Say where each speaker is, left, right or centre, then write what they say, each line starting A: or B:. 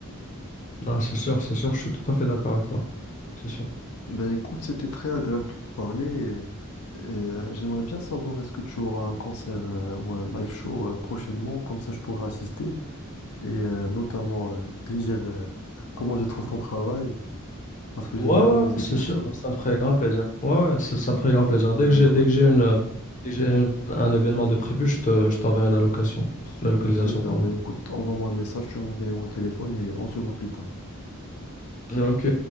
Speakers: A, on the left; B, on the left.
A: Ah, c'est sûr, c'est sûr, je suis tout à fait d'accord avec toi. C'est sûr.
B: Ben écoute, c'était très agréable de te parler et, et, euh, j'aimerais bien savoir est-ce que tu auras un concert euh, ou un live show euh, prochainement, comme ça je pourrai assister et euh, notamment euh, te dire euh, <laughs> comment je trouve ton travail parce que j'aime
A: Ouais,
B: bien
A: ouais,
B: la musique
A: c'est
B: moi
A: sûr,
B: aussi.
A: ça me ferait grand plaisir. Ouais, ouais, ça, ça me ferait grand plaisir. Dès
B: Ben
A: que j'ai,
B: écoute,
A: dès que j'ai une, euh, dès que j'ai une- un événement de prévu, je te, je t'enverrai la location.
B: super,
A: La localisation,
B: super.
A: pardon.
B: Ben écoute, envoie-moi un message, tu as mon numéro de téléphone et on se voit plus tard.
A: Ok.